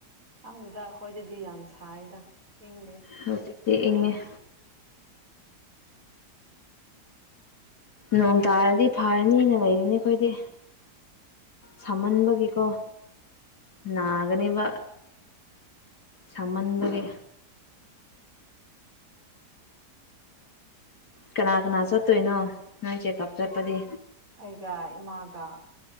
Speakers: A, on the right; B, on the left.
A: ꯈꯪꯗꯦꯗ ꯑꯩꯈꯣꯏꯗꯗꯤ ꯌꯥꯝ ꯁꯥꯏꯗ ꯏꯪꯗꯦ
B: ꯍꯧꯖꯤꯛꯇꯤ
A: ꯁꯥꯏ
B: ꯏꯪꯑꯦ ꯅꯣꯡ ꯇꯥꯔꯗꯤ ꯐꯔꯅꯤꯅ ꯂꯩꯔꯅꯤ ꯑꯩꯈꯣꯏꯗꯤ ꯁꯥꯃꯟꯕꯒꯤ ꯀꯣ ꯅꯥꯒꯅꯤꯕ ꯁꯃꯟꯗꯒꯤ ꯀꯅꯥ ꯀꯅꯥ ꯆꯠꯇꯣꯏꯅꯣ ꯅꯪ ꯆꯦꯛꯑꯞ ꯆꯠꯄꯗꯤ
A: ꯑꯩꯒ ꯏꯃꯥꯒ